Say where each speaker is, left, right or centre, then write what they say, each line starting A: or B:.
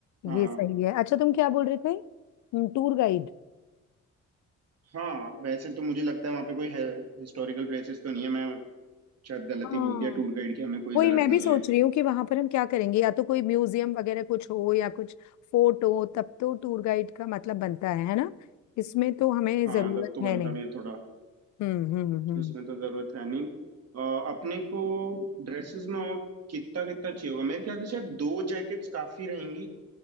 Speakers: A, on the right; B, on the left.
A: हाँ
B: ये सही है अच्छा तुम क्या बोल रहे थे हम्म, Tour guide
A: हाँ वैसे तो मुझे लगता है वहाँ पे कोई हिस्टोरिकल प्लेसेस तो नहीं है मैं शायद गलती
B: हाँ
A: बोल दिया टूर गाइड की हमें कोई
B: वही
A: जरूरत
B: मैं
A: नहीं
B: भी सोच
A: है
B: रही हूँ कि वहां पर हम क्या करेंगे या तो कोई म्यूजियम वगैरह कुछ हो या कुछ फोर्ट हो तब तो टूर गाइड का मतलब बनता है है ना इसमें तो हमें
A: हाँ
B: जरूरत
A: तब तो बनता
B: है नहीं
A: भी है थोड़ा
B: हम्म हम्म हम्म
A: इसमें तो जरूरत है नहीं अ, अपने को ड्रेसेस में और कितना कितना चाहिए होगा मेरे ख्याल से शायद दो जैकेट्स काफी रहेंगी